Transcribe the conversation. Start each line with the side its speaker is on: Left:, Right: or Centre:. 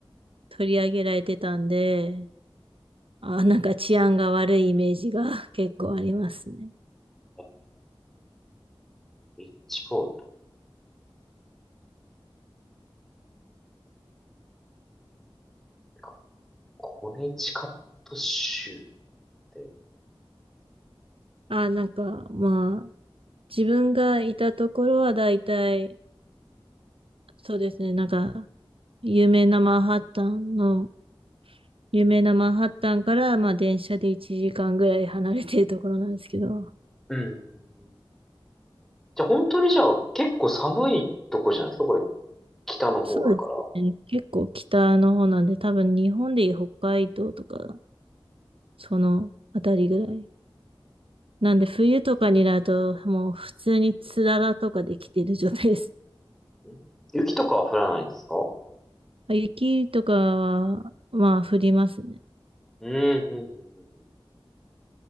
Right: 取り上げられてたんで、あ、なんか治安が悪いイメージが <laughs> 結構ありますね。
Centre: ー、リッチフォードってか、コネチカット州って。
Right: あ、なんか、まあ、自分がいたところはだいたい、そうですね、なんか、有名なマンハッタンの、有名なマンハッタンから、まあ、電車で1時間ぐらい離れてるところなんですけど、
Centre: うん。じゃあ本当にじゃあ結構寒いとこじゃないですかこれ、北の方だから。
Right: そうですね、結構北の方なんで、多分日本でいう北海道とか、そのあたりぐらい。なんで、冬とかになると、もう普通につららとかできてる状態です。
Centre: うん雪とかは降らないんですか
Right: あ雪とかは、まあ、降りますね。
Centre: うん、うん、うん、うん。うん